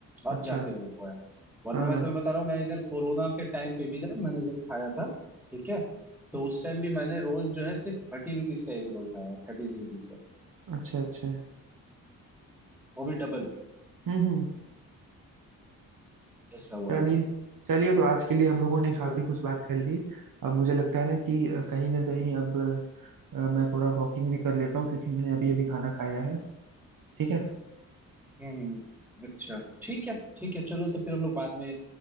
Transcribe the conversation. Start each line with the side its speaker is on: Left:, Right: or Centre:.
Right: अच्छा
Centre: अब जाके हुआ है वरना
Right: हाँ हाँ
Centre: मैं तुम्हें बता रहा हूँ मैं इधर कोरोना के टाइम पे भी ना मैंने जब खाया था ठीक है तो उस टाइम भी मैंने रोल जो है सिर्फ थर्टी रुपीज का एक रोल खाया थर्टी रुपीज का
Right: अच्छा अच्छा
Centre: वो भी डबल
Right: हम्म हम्म
Centre: ऐसा हुआ
Right: चलिए
Centre: है
Right: चलिए तो आज के लिए हम लोगों ने काफी
Centre: तो-
Right: कुछ बात कर ली अब मुझे लगता है ना कि अ, कहीं ना कहीं अब अ, मैं थोड़ा वॉकिंग भी कर लेता हूँ क्योंकि मैंने अभी अभी खाना खाया है ठीक है
Centre: हम्म हम्म, अच्छा ठीक है ठीक है चलो तो फिर हम लोग बाद में